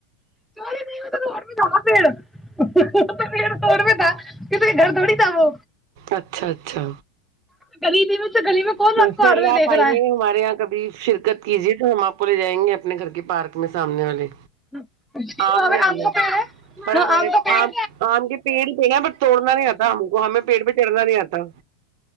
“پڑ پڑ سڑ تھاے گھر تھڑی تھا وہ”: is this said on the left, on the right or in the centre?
Centre